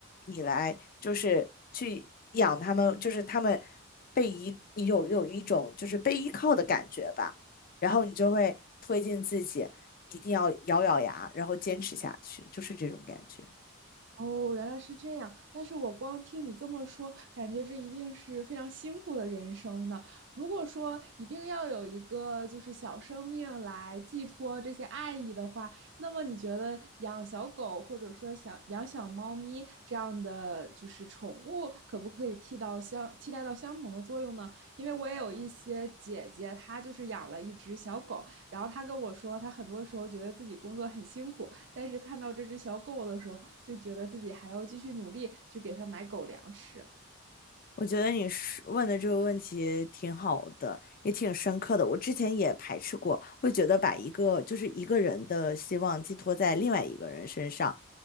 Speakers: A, on the left (about 40°); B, on the right (about 55°).
A: 你来，就是去养他们，就是他们被依，有有一种就是被依靠的感觉吧。然后你就会推进自己，一定要咬咬牙，然后坚持下去，就是这种感觉。
B: 哦，原来是这样。但是我光听你这么说，感觉这一定是非常辛苦的人生呢。如果说一定要有一个就是小生命来寄托这些爱意的话，那么你觉得养小狗或者说想养小猫咪这样的就是宠物，可不可以替到相替代到相同的作用呢？因为我也有一些姐姐，她就是养了一只小狗，然后她跟我说，她很多时候觉得自己工作很辛苦，但是看到这只小狗的时候，就觉得自己还要继续努力去给它买狗粮吃。
A: 我觉得你是问的这个问题挺好的，也挺深刻的。我之前也排斥过，会觉得把一个就是一个人的希望寄托在另外一个人身上，